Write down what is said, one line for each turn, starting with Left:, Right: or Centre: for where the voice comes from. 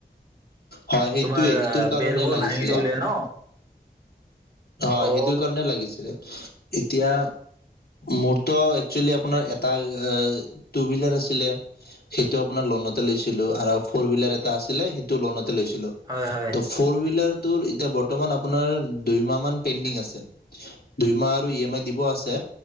Left: হয় সেইটোয়ে
Right: তোমাৰ
Left: সেইটোৰ
Right: আ
Left: কাৰণে
Right: বেৰবোৰ
Left: লাগিছিলে
Right: ভাঙিছে বুলিয়ে ন
Left: হয়,
Right: অ
Left: সেইটো কাৰণে লাগিছিলে। এতিয়া মোৰতো একচুৱেলি আপোনাৰ এটা এ টু হুইলাৰ আছিলে, সেইটো আপোনাৰ লনতে লৈছিলো আৰু ফৰ হুইলাৰ এত আছিলে সেইটো লনতে লৈছিলোঁ
Right: হয় হয়
Left: ত ফৰ হুইলাৰ টোৰ বৰ্তমান আপোনাৰ দুই মাহ মান পেণ্ডিং আছে। দুইমাহ আৰু ই এম আই দিব আছে